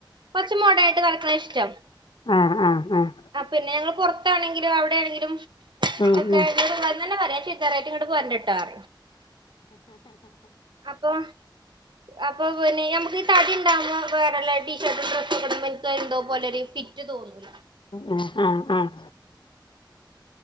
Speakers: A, on the right (about 70°); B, on the left (about 85°).
A: കൊറച്ച മോടാനായിട്ട് നടക്കുന്നത് അഹ് ഷ്ടം
B: ആഹ് ആഹ് ആഹ്
A: ആഹ് പിന്നെ ഞങ്ങള്ൾ പുറത്താണെങ്കിലും അവിടെയാണെങ്കിലും
B: ഉം
A: ഓക്കെട്ടട്
B: ഉം
A: വന്ന്ന്നെ പറയാം ചരിച്ചാറേട്ട ഇങ്ങട്ട പോ ഇട്ടാറ <unintelligible> അപ്പം അപ്പൊ പിന്നെ നമുക്ക് ഈ തടി ഉണ്ടാവുമ്പോ വേറെല്ല ടീ ഷർട്ടും ഡ്രസ്സൊക്കെ ടുമ്പോ എനിക്ക് എന്തോ പോലെ ഒരു ഫിറ്റ് ഫിറ്റ് തോന്നുല്ല
B: ഉം ആഹ് ആഹ്